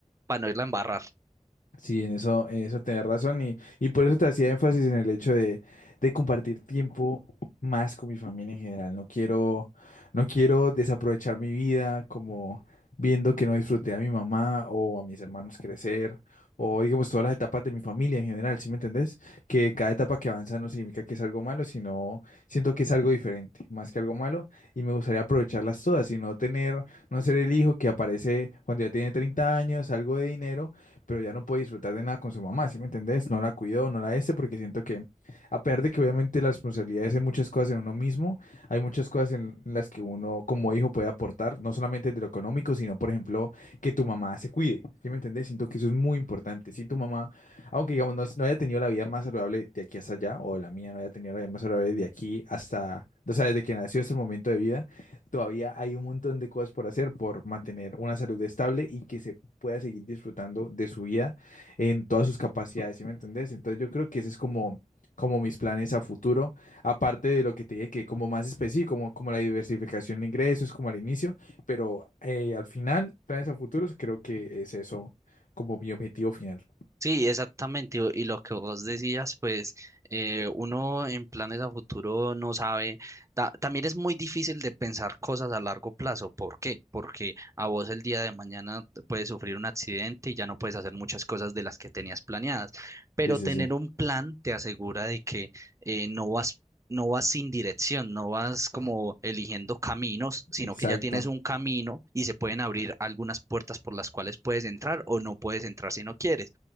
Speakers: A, on the right (about 25°); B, on the left (about 90°).
A: no irla a embarrar.
B: Sí, en eso, en eso tenés razón y, y por eso te hacía énfasis en el hecho de, de compartir tiempo más con mi familia en general. No quiero, no quiero desaprovechar mi vida como viendo que no disfruté a mi mamá o a mis hermanos crecer o digamos todas las etapas de mi familia en general, ¿sí me entendés? Que cada etapa que avanza no significa que es algo malo, sino siento que es algo diferente, más que algo malo y me gustaría aprovecharlas todas y no tener, no ser el hijo que aparece cuando ya tiene 30 años, algo de dinero pero ya no puede disfrutar de nada con su mamá, ¿sí me entendés? No la cuidó, no la este, porque siento que, a pesar de que obviamente las responsabilidades hay muchas cosas en uno mismo, hay muchas cosas en las que uno como hijo puede aportar, no solamente de lo económico, sino, por ejemplo, que tu mamá se cuide, ¿sí me entendés? Siento que eso es muy importante. Si tu mamá, aunque digamos no, no haya tenido la vida más saludable de aquí hasta allá, o la mía no haya tenido la vida más saludable de aquí hasta o sea, desde que nació hasta el momento de vida, todavía hay un montón de cosas por hacer por mantener una salud estable y que se pueda seguir disfrutando de su vida en todas sus capacidades, ¿sí me entendés? Entonces yo creo que ese es como, como mis planes a futuro, aparte de lo que te dije, que como más específico, como, como la diversificación de ingresos, como al inicio, pero eh, al final, planes a futuros, creo que es eso como mi objetivo final.
A: Sí, exactamente. Y y lo que vos decías, pues eh, uno en planes a futuro no sabe. Ta- también es muy difícil de pensar cosas a largo plazo. ¿Por qué? Porque a vos el día de mañana te puedes sufrir un accidente y ya no puedes hacer muchas cosas de las que tenías planeadas. Pero
B: Sí, sí,
A: tener
B: sí,
A: un plan te asegura de que eh, no vas, no vas sin dirección, no vas como eligiendo caminos, sino
B: exacto.
A: que ya tienes un camino y se pueden abrir algunas puertas por las cuales puedes entrar o no puedes entrar si no quieres